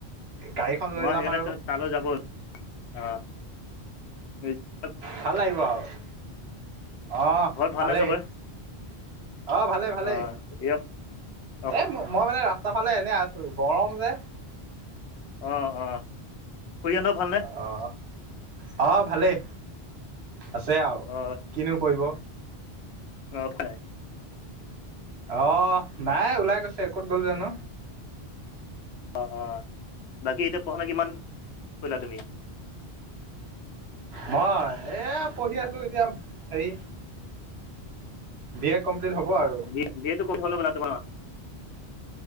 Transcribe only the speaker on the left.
মই
সেইকাৰণেটো
তালৈ যাব অহ। <unintelligible>
ঘৰত ভালনে
চবৰে
অ ইয়াক অ
অহ', অহ' খুৰাহাঁতৰ ভালনে?
অ
অহ, পায়।
অ' অ' বাকী এতিয়া পঢ়াশুনা কিমান কৰিলা তুমি?
<unintelligible>